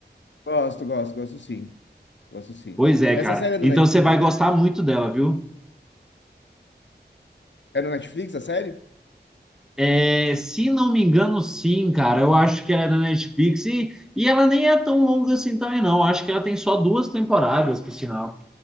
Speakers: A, on the left (about 85°); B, in the centre.
A: gosto, gosto, gosto sim. Gosto sim.
B: Pois é,
A: Essa
B: cara.
A: série é do
B: Então
A: Netflix?
B: você vai gostar muito dela, viu?
A: É na Netflix a série?
B: É, se não me engano, sim, cara. Eu acho que ela é da Netflix e, e ela nem é tão longa assim também, não. Acho que ela tem só duas temporadas, por sinal.